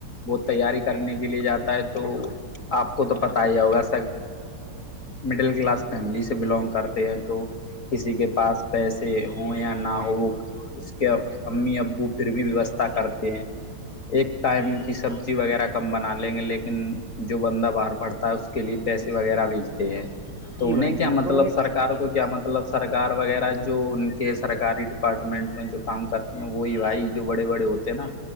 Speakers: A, on the left; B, on the right.
A: وہ تیاری کرنے کے لیے جاتا ہے تو آپ کو تو پتاہ ہی ہوگا سر مڈل کلاس فیملی سے بلونگ کرتے ہیں تو کسی کے پاس پیسے ہوں یا نہ ہو وہ اس کے امی ابو پھر بھی ویوستھا کرتے ہیں ایک ٹائم کی سبزی وغیرہ کم بنا لیں گے لیکن جو بندہ باہر پڑتا ہے اس کے لیے پیسے وغیرہ بیچتے ہیں تو
B: جی
A: انہیں
B: بھائی جان
A: کیا مطلب
B: تو
A: سرکار کو کیا مطلب مطلب سرکار وغیرہ جو ان کے سرکاری ڈپارٹمنٹ میں جو کام کرتے ہیں وہی بھائی جو بڑے بڑے ہوتے نا